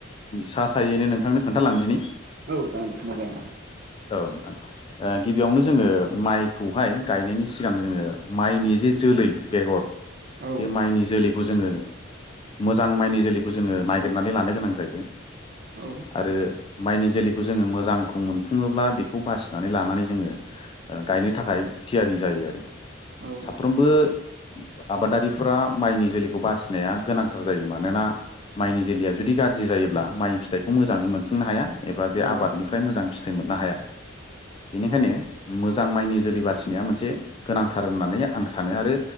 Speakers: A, on the left (about 25°); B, on the right (about 55°).
A: सा सायैनो नोंथांनो खोन्थालांदिनि
B: औ जागोननाय खोनाजागोन
A: औ नोंथां गिबियावनो जोङो माइखौहाय गायनायनि सिगां जोङो माइनि जे जोल लै बेगर
B: औ
A: बे माइनि जोलैखौ जोङो मोजां माइनि जोलैखौ जोङो नागिरनानै लानो गोनां जायो ।
B: औ
A: आरो माइनि जोलै बे जोङो मोजांखौ मोनफुङोब्ला बेखौ बासिनानै लानानै जोङो गायनो थाखाय थियारि जायो । दे आरो
B: औ
A: साफ्रोमबो आबादारिफोरा माइनि जोलैखौ बासिनाया गोनांथार जायो मानोना माइनि जोलैया जुदि गाज्रि जायोब्ला माइनि फिथाइखौ मोजाङै मोनफुंनो हाया ए बे आबादनिफ्राय
B: औ
A: मोजां फिथाइ मोननो हाया । बेनिखायनो मोजां माइनि जोलै बासिनाया मोनसे गोनांथार होननानै आं सानो आरो